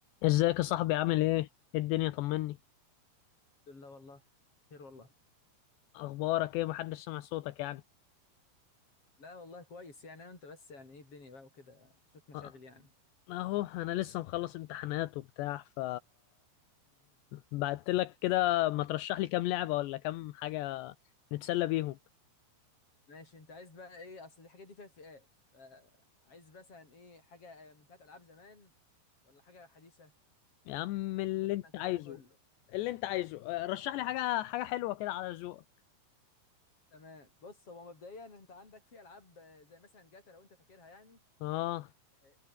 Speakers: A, on the left; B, on the left.
A: ازيك يا صاحبي عامل ايه؟ ايه الدنيا طمني
B: الحمد لله والله خير والله
A: اخبارك ايه محدش سمع صوتك يعني
B: لا والله كويس يعني انا وانت بس يعني ايه الدنيا بقى وكده شوية مشاغل
A: أه،
B: يعني
A: اهو انا لسه مخلص امتحانات وبتاع ف بعت لك كده ما ترشح لي كام لعبة ولا كام حاجة نتسلى بيهم
B: ماشي انت عايز بقى ايه اصل الحاجات دي فيها فئات فعايز مثلا ايه حاجة من بتاعت العاب زمان ولا حاجة حديثة
A: يا عم اللي
B: ممكن
A: انت
B: اعتلاف
A: عايزه
B: كله
A: اللي انت عايزه أه، رشح لي حاجة حاجة حلوة كده على ذوقك
B: تمام بص هو مبدئيا انت عندك في العاب آه، زي مثلا جاتا لو انت فاكرها يعني
A: اه
B: آه،